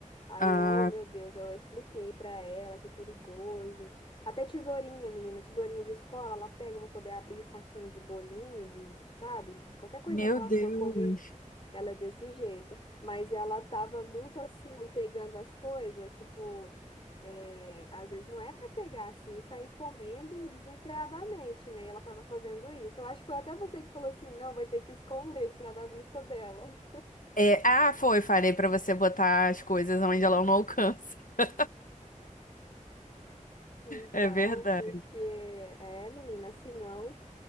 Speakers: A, on the left (about 40°); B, on the left (about 85°).
A: Aí
B: Ah,
A: eu, oh, meu Deus, eu expliquei pra ela que é perigoso. Até tesourinha, menina, tesourinha de escola, ela pega pra poder abrir saquinho de bolinho, de, sabe? Qualquer coisinha
B: Meu
A: que ela
B: Deus.
A: for comer, ela é desse jeito. Mas ela tava muito assim, pegando as coisas, tipo, é, às vezes não é pra pegar assim, e sair comendo desenfreadamente, né? E ela tava fazendo isso. Eu acho que foi até você que falou assim, não, vai ter que esconder, tirar da vista dela.
B: É, ah, foi, falei pra você botar as coisas onde ela não alcança. <laughs>
A: Então,
B: É verdade.
A: porque, é, menina, se não.